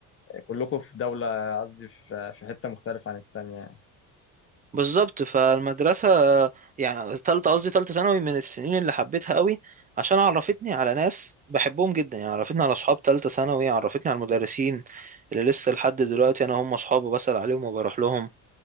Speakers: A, on the left (about 35°); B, on the right (about 25°).
A: كلكم في دوله قصدي في في حته مختلفه عن التانيه يعني.
B: بالظبط فالمدرسة يعني تالتة قصدي تالتة ثانوي من السنين اللي حبيتها قوي عشان عرفتني على ناس بحبهم جدا يعني عرفتني على أصحاب تالتة ثانوي عرفتني على المدرسين اللي لسه لحد دلوقتي أنا هم أصحابي بسأل عليهم وبروح لهم